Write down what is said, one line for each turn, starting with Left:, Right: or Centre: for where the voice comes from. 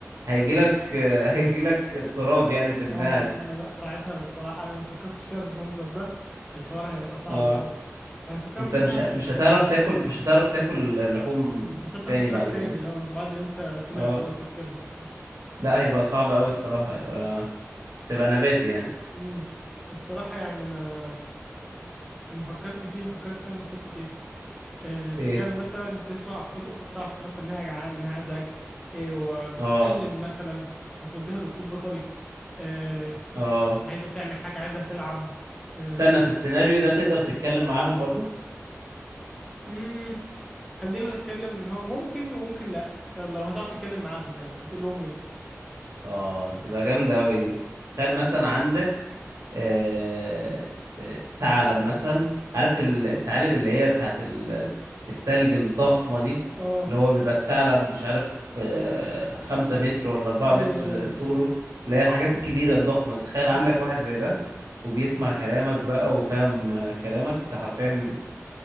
Right: هيجيلك هيجيلك <laughs> اضطراب يعني في دماغك
Centre: اه ما لا، ساعتها الصراحة انا ما فكرتش فيها بالمنظر ده الحوار هيبقى صعب
Right: اه
Centre: اوي انا فكرت
Right: انت مش
Centre: فيها
Right: ه... مش هتعرف تاكل مش هتعرف تاكل لحوم
Centre: مش هتاكل
Right: تاني
Centre: فراخ
Right: بعد
Centre: تاني
Right: كده
Centre: اه بعد اللي انت سمعته
Right: اه
Centre: ده تفكيرها وبتاع
Right: لا
Centre: بس
Right: هيبقى صعب قوي الصراحة هيبقى تبقى نباتي يعني
Centre: امم الصراحة يعني انا لما فكرت فيها فكرت فيها من حتة ايه آه، تخيل
Right: ايه
Centre: مثلا تسمع افكار القطه بتاعتك مثلا انها جعانه انها عايزه اكل آه، وبتتألم
Right: اه
Centre: مثلا فتوديها دكتور بيطري آه،
Right: اه
Centre: عايزه تعمل حاجه عايزه تلعب آه،
Right: استنى في السيناريو ده تقدر تتكلم معاهم برضو
Centre: امم خلينا نتكلم ان هو ممكن وممكن لا طب لو هتعرف تتكلم معاهم يعني هتقول لهم ايه
Right: اه تبقى جامدة أوي دي تخيل مثلا عندك آه... آه، ثعلب مثلا عارف ال- الثعالب اللي هي بتاعت ال- التلج الضخمة دي
Centre: اه
Right: اللي هو بيبقى الثعلب مش عارف آه... خمسة متر ولا أربعة
Centre: ايوه
Right: متر
Centre: ايوه
Right: طوله اللي هي الحاجات الكبيرة الضخمة دي. تخيل عندك
Centre: مم.
Right: واحد زي ده وبيسمع كلامك بقى وفاهم آه، كلامك انت حرفيا